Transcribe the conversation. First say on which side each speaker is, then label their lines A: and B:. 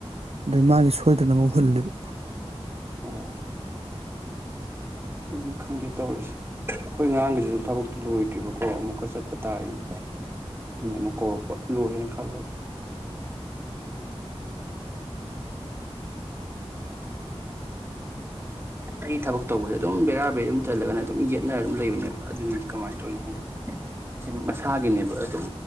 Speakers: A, on the right; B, on the right.
A: ꯑꯗꯨꯏ ꯃꯥꯒꯤ ꯁꯣꯏꯗꯅ ꯑꯃꯨꯛ ꯍꯨꯜꯂꯦꯕ
B: ꯑꯣ ꯑꯗꯨꯅꯤ ꯈꯪꯗꯦ ꯇꯧꯔꯤꯁꯦ ꯑꯩꯈꯣꯏ ꯑꯉꯥꯡꯒꯤꯁꯨ ꯊꯕꯛꯇꯨ ꯂꯣꯏꯗꯦ ꯇ꯭ꯔꯤꯕꯀꯣ ꯑꯃꯨꯛꯀ ꯆꯠ ꯇꯥꯔꯦꯅꯦ ꯑꯩꯅ ꯑꯃꯨꯛ ꯀꯧꯔꯛꯄ ꯂꯣꯏꯔꯦꯅ ꯈꯜꯂꯒ ꯑꯩ ꯊꯕꯛ ꯇꯧꯕꯁꯦ ꯑꯗꯨꯝ ꯕꯦꯔꯥ ꯕꯦꯔ ꯑꯗꯨꯝ ꯆꯜꯂꯒꯅ ꯑꯗꯨꯝ ꯌꯦꯠꯅꯔ ꯑꯗꯨꯝ ꯂꯩꯕꯅꯦꯕ ꯑꯗꯨꯅꯤꯗꯤ ꯀꯃꯥꯏꯅ ꯇꯧꯏꯣꯗ ꯁꯤ ꯃꯁꯥꯒꯤꯅꯦꯕ ꯑꯗꯨꯝ